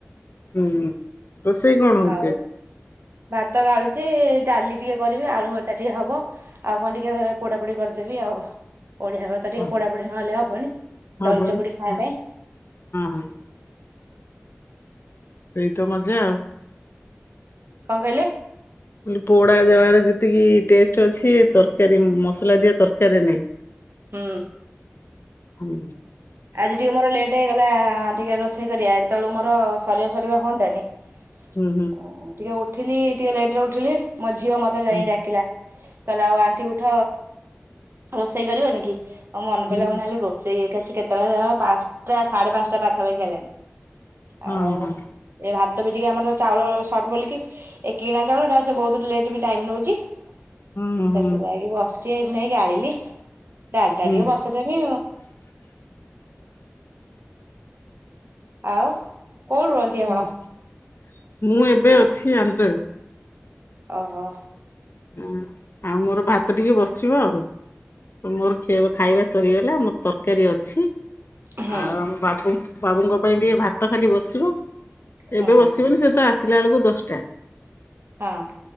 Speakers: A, on the left; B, on the right.
A: ହୁଁ ହୁଁ ରୋଷେଇ କଣ ହଉଛି
B: ଆଉ
A: ଆଜି
B: ଭାତ ଗାଳୁଛି ଡାଲି ଟିକେ କରିବି ଆଳୁ ଭର୍ତା ଟିକେ ହବ ଆଉ କଣ ଟିକେ ପୋଡା ପୋଡି କରିଦେବି ଆଉ ପଢଆର ତ
A: ହଁ
B: ଟିକେ ପଢା ପଢି ନହେଲେ ହବନି
A: ହଁ
B: ଦଳି
A: ବନ
B: ଚକୁଡି ଖାଇବା
A: ହଁ
B: ପାଇଁ
A: ହଁ ଏଇତ ମଜା ଆଉ
B: କଣ କହିଲେ
A: ବ ପୋଡା ଜାଗାରେ ଯେତେ ଏତିକି ଟେଷ୍ଟ ଅଛି ତରକାରୀ ମସଲା ଦିଆ ତରକାରୀ ନାହିଁ
B: ହୁଁ
A: ହୁଁ
B: ଆଜି ଟିକିେ ମୋର ଲେଟ୍ ହେଇଗଲା ଟିକିେ ରୋଷେଇ କରିବା ଏତେବେଳୁ ମୋର ସରିବା ସରିବା ହୁଅନ୍ାନି ଓ
A: ହୁଁ ହୁଁ
B: ଟିକେ ଉଠିଲି ଟିକେ ଲେଟ ରେ ଉଠିଲି ମୋ ଝିଅ ମତେ ଯାଇକି
A: ହୁଁ
B: ଡାକିଲା କହିଲେ ଆଉ ଆଣ୍ଠି ଉଠ ରୋଷେଇ କରିବନି କି ଆଉ ମନେ
A: ହୁଁ
B: ପଡିଲା ମଣି ହେଲେ ରୋଷେଇଛି କେତେବେଳେ ପାଞ୍ଚଟା ସାଢେ ପାଞ୍ଚଟା ପାଖାପାଖି ହେଲାଣି
A: ହୁଁ
B: ଆଉ
A: ହଁ ହଁ
B: ଏ ଭାତ ବି ଟିକେ ଆମର ଚାଉଳ ସଟ ବୋଲିକି ଏ କିଣା ଚାଣୁଟା ସେ ବହୁତ ଲେଟ୍ ବି ଟାଇମ୍ ନଉଛି ସେଥିଲାଗି
A: ହୁଁ ହୁଁ।
B: ବସ ିଆାଇ ଘୁଣେଇକି ଆଣିଲି ଡାଲଟା
A: ହୁଁ
B: ଟିକେ ବସଦେମି ଆଉ କୋଉଠି ରୁହନ୍ତି ଆପଣ
A: ହୁଁ ମୁଁ ଏବେ ଅଛି ଆନ୍ଧ୍ରାରେ।
B: ଓ ହୋ।
A: ହୁଁ ଆଉ ମୋର ଭାତ ଟିକେ ବସିବ ଆଉ। ମୋର <unintelligible> ଖାଇବା ସରିଗଲା ମୋର ତରକାରୀ ଅଛି।
B: ହୁଁ
A: ଆଉ ଆମ ବାବୁ ବାବୁଙ୍କ ପାଇଁ ଟିକେ ଭାତ ଖାଲି ବସିବ।
B: ହୁଁ
A: ଏବେ ବସିବନି ସେ ତ ଆସିଲା ବେଳକୁ ଦଶଟା।
B: ହଁ।